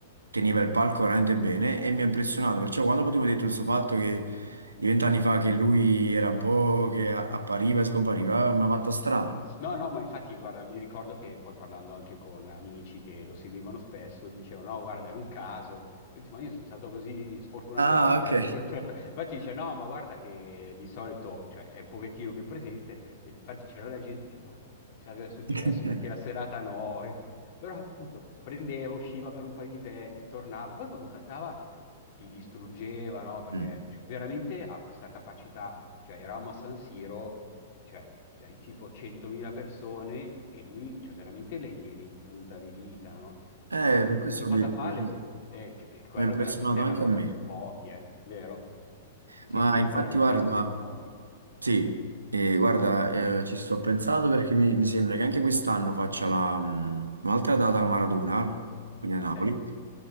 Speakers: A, on the right; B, on the left.
A: teneva il palco veramente bene e mi ha impressionato, perciò quando poi tu mi hai detto questo fatto che di vent'anni fa che lui era un po' che a- appariva e scompariva, mi ha fatto strano.
B: No, no, ma infatti, guarda, mi ricordo che poi parlando anche con amici che lo seguivano spesso, dicevano, no, guarda, è un caso. Io dicevo, ma io sono stato così sfortunato
A: Ah,
B: da beccare
A: ok.
B: il concerto. E Infatti dice, no, ma guarda che di solito, cioè, è un pochettino più presente. E infatti c'era la gente che diceva, ma chissà che è successo,
A: <laughs>
B: beh, che la serata no. Però appunto prendeva, usciva per un paio di pezzi, tornava. Poi quando cantava ti distruggeva, no? Perché
A: Mm.
B: cioè, veramente ha questa capacità, cioè eravamo a San Siro cioè, hai tipo 100.000 persone e lui, cioè, veramente le tiene in punta di dita, no?
A: Eh,
B: Cioè, qualsiasi
A: per questo ho
B: cosa
A: detto,
B: fa, le,
A: sì, mi
B: eh, c- e quello
A: ha impressionato
B: veramente è
A: anche
B: una cosa
A: a me.
B: per pochi, eh? Vero? Sì,
A: Ma
B: sì, è
A: infatti,
B: veramente
A: guarda,
B: una cosa per pochi.
A: sì, eh, guarda, eh, ci sto pensando perché mi, mi sembra che anche quest'anno faccia la, mh, un'altra data al Maradona, quindi a
B: Ok,
A: Napoli.